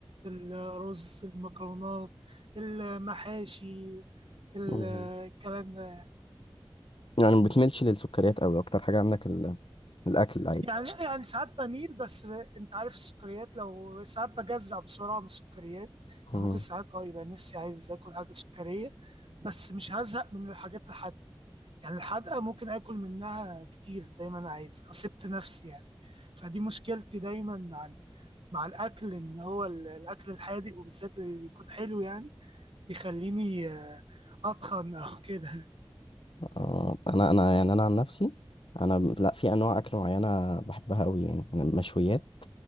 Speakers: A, on the right (about 70°); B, on the left (about 65°).
A: الرز المكرونات المحاشي ال-
B: مم.
A: الكلام ده
B: يعني ما بتميلش للسكريات قوي اكتر حاجة عندك ال... الاكل العادي
A: يعني لا، يعني ساعات بميل بس انت عارف السكريات لو ساعات بجزع بسرعة من السكريات يعني
B: مم.
A: ممكن ساعات اه يبقى نفسي عايز اكل حاجة سكرية بس مش هزهق من الحاجات الحادقة يعني الحدقة ممكن آكل منها كتير زي ما أنا عايز لو سبت نفسي يعني فدي مشكلتي دايما مع ال... مع الأكل إن هو ال- الأكل الحادق وبالذات اللي يكون حلو يعني بيخليني آه، أتخن أو <laughs> كده
B: آه، انا انا يعني انا عن نفسي انا لا في انواع اكل معينة بحبها قوي يعني أنا المشويات